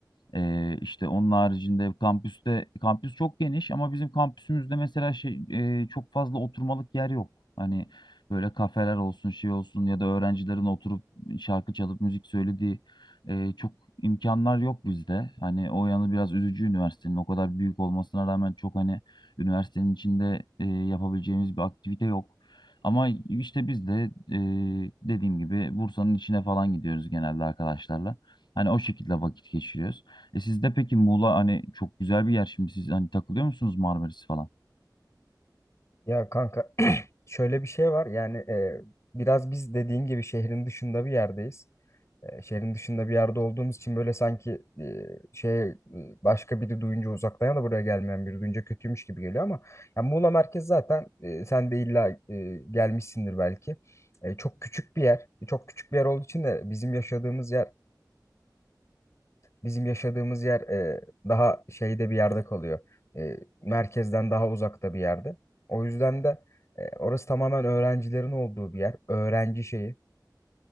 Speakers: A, on the left; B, on the left.
A: E, işte onun haricinde kampüste, kampüs çok geniş ama bizim kampüsümüzde mesela şey e, çok fazla oturmalık yer yok. Hani böyle kafeler olsun, şey olsun ya da öğrencilerin oturup şarkı çalıp müzik söylediği e, çok imkanlar yok bizde. Hani o yanı biraz üzücü üniversitenin o kadar büyük olmasına rağmen çok hani Üniversitenin içinde e, yapabileceğimiz bir aktivite yok. Ama işte biz de e, dediğim gibi Bursa'nın içine falan gidiyoruz genelde arkadaşlarla. Hani o şekilde vakit geçiriyoruz. E sizde peki Muğla hani çok güzel bir yer şimdi siz hani takılıyor musunuz Marmaris falan?
B: Ya kanka <clears throat> şöyle bir şey var yani e, biraz biz dediğin gibi şehrin dışında bir yerdeyiz. E, şehrin dışında bir yerde olduğumuz için böyle sanki e, şey e, başka biri duyunca uzaktan ya da buraya gelmeyen biri duyunca kötüymüş gibi geliyor ama yani Muğla merkez zaten e, sen de illa e, gelmişsindir belki. E, çok küçük bir yer. E, Çok küçük bir yer olduğu için de bizim yaşadığımız yer bizim yaşadığımız yer e, daha şeyde bir yerde kalıyor. E, merkezden daha uzakta bir yerde. O yüzden de e, orası tamamen öğrencilerin olduğu bir yer. Öğrenci şeyi.